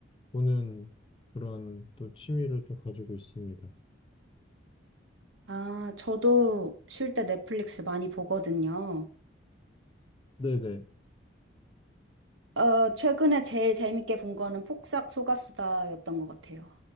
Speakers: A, on the left (about 25°); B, on the right (about 80°).
A: 보는 그런 또 취미를 또 가지고 있습니다.
B: 아, 저도 쉴 때 넷플릭스 많이 보거든요.
A: 네네.
B: 어, 최근에 제일 재밌게 본 거는 폭삭 소가수다였던 것 같아요.